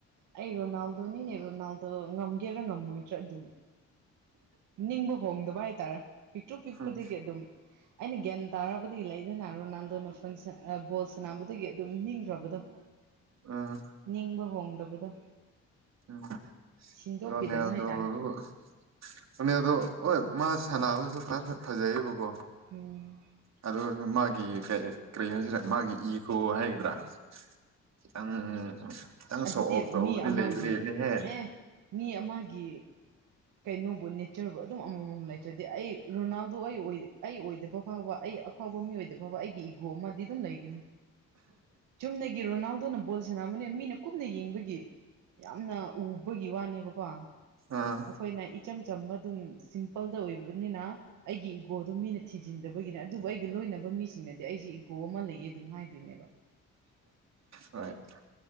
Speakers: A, on the right; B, on the right.
A: ꯑꯩ ꯔꯣꯅꯥꯜꯗꯣꯅꯤꯅꯦ ꯔꯣꯅꯥꯜꯗꯣ ꯉꯝꯒꯦꯔꯥ ꯉꯝꯃꯣꯏꯗ꯭ꯔꯥ ꯑꯗꯨꯝ ꯅꯤꯡꯕ ꯍꯣꯡꯗꯕ ꯍꯥꯏꯇꯥꯔꯦ ꯄꯤꯛꯇ꯭ꯔꯨ ꯄꯤꯛꯄꯗꯒꯤ
B: ꯎꯝ
A: ꯑꯗꯨꯝ ꯑꯩꯅ ꯒ꯭ꯌꯥꯟ ꯇꯥꯔꯕꯗꯒꯤ ꯂꯩꯗꯅ ꯔꯣꯅꯥꯜꯗꯣꯅ ꯐꯣꯟ ꯕꯣꯜ ꯁꯅꯕꯗꯒꯤ ꯑꯗꯨꯝ ꯅꯤꯡꯈ꯭ꯔꯕꯗꯣ ꯎꯝ
B: ꯑꯥ
A: ꯅꯤꯡꯕ ꯍꯣꯡꯗꯕꯗ‌ꯣ
B: ꯎꯝ
A: ꯁꯤꯟꯗꯣꯛꯄꯤꯗꯕ
B: ꯔꯣꯅ‌ꯦꯜꯗ‌ꯣꯗꯨꯕꯨ
A: ꯍꯥꯏꯇꯥꯔꯦ
B: ꯍ‌ꯣꯅ‌ꯦꯜꯗ‌ꯣ ꯍꯣꯏ ꯃꯥ ꯁꯥꯟꯅꯕꯁꯨ ꯈꯔ ꯐꯖꯩꯌꯦꯕꯀꯣ
A: ꯎꯝ
B: ꯑꯗꯨ ꯑꯣꯏꯁꯨ ꯃꯥꯒꯤ ꯀ ꯀꯔꯤ ꯍꯥꯏꯁꯤꯔ ꯃꯥꯒꯤ ꯏꯒꯣ ꯍꯥꯏꯒꯗ꯭ꯔꯥ ꯈꯤꯇꯪ ꯈꯤꯇꯪ
A: ꯑꯗꯨꯗꯤ
B: ꯁꯣ ꯑꯣꯐ
A: ꯃꯤ
B: ꯇꯧꯕꯗꯤ
A: ꯑꯃꯒꯤ
B: ꯂꯩꯗꯤ ꯂꯩꯕꯅꯤꯍ‌ꯦ
A: ꯑꯦ ꯃꯤ ꯑꯃꯒꯤ ꯀꯩꯅꯣꯕꯨ ꯅꯦꯆꯔꯕꯨ ꯑꯗꯨꯝ ꯑꯃꯥꯃꯝ ꯂꯩꯇ꯭ꯔꯗꯤ ꯑꯩ ꯔꯣꯅꯥꯜꯗꯣ ꯑꯩ ꯑꯩ ꯑꯣꯏꯗꯕ ꯐꯥꯎꯕ ꯑꯩ ꯑꯐꯥꯎꯕ ꯃꯤ ꯑꯣꯏꯗꯕ ꯐꯥꯎꯕ ꯑꯩꯒꯤ ꯏꯒꯣ ꯑꯃꯗꯤ ꯑꯗꯨꯝ ꯂꯩꯒꯅꯤ ꯆꯨꯝꯅꯒꯤ ꯔꯣꯅꯥꯜꯗꯣꯅ ꯕꯣꯜ ꯁꯅꯥꯕꯅꯤ ꯃꯤꯅ ꯀꯨꯞꯅ ꯌꯦꯡꯕꯒꯤ ꯌꯥꯝꯅ ꯎꯕꯒꯤ ꯋꯥꯅꯦꯕꯀꯣ
B: ꯑꯥ
A: ꯑꯩꯈꯣꯏꯅ ꯏꯆꯝ ꯆꯝꯕ ꯑꯗꯨꯝ ꯁꯤꯝꯄꯜꯗ ꯑꯣꯏꯕꯅꯤꯅ ꯑꯩꯒꯤ ꯏꯒꯣꯗꯣ ꯃꯤꯅ ꯊꯤꯖꯤꯟꯗꯕꯒꯤꯅꯦ ꯑꯗꯨꯕꯨ ꯑꯩꯒ ꯂꯣꯏꯅꯕ ꯃꯤꯁꯤꯡꯅꯗꯤ ꯑꯩꯁꯦ ꯏꯒꯣ ꯑꯃ ꯂꯩꯌꯦ ꯑꯗꯨꯝ ꯍꯥꯏꯗꯣꯏꯅꯦꯕ
B: ꯍꯣꯏ